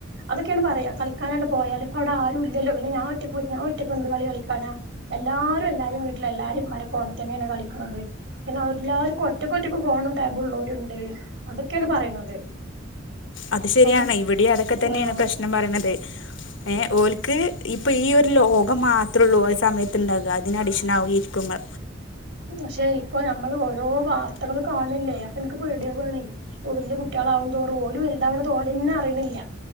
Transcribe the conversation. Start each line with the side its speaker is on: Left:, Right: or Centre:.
Right: അതൊക്കെയാണ് പറയാ ക്കാനാണ്ട് പോയാല് ഇപ്പോ ആരും ഇല്ലല്ലോ പിന്നെ ഞാൻ ഒറ്റക്ക് പോയിട്ട് ഞാൻ ഒറ്റ റ്റക്കെന്ത് കളി കളിക്കാന എല്ലാരും എല്ലാരിം വീട്ടിലെ എല്ലാരീം ഉമ്മാരെ ഫോണിൽ തന്നെയാണ് കളിക്കണത് പിന്നെല്ലാവർക്കും ഒറ്റക്ക് ഒറ്റക്ക് ഫോണും ടേബും ഉള്ളോരുണ്ട് അതൊക്കെയാണ് പറയണത്
Left: അത് ശരിയാണ്
Right: ആഹ്
Left: ഇവിടെയും അതൊക്കെ തന്നെയാണ്
Right: ആഹ്
Left: പ്രശ്നം പറയണത് ഏഹ് ഓൽക്ക് ഇപ്പ ഈ ഒരു ലോകം മാത്രള്ളൂ ഓലെ സമയത്തുണ്ടാവുക അതിന് അഡിഷൻ ആവും ഈ ഇരിക്കുമ്പോ
Right: പക്ഷെ ഇപ്പോ നമ്മൾ ഓരോ വാർത്തകള് കാണല്ലെ അപ്പോ ന്ക്ക് പേടിയാവാണെയ് വല്യ കുട്ടികളാവും തോറും ഓല് വലുതാവ്ണത് ഓലന്നെ അറിയണില്ല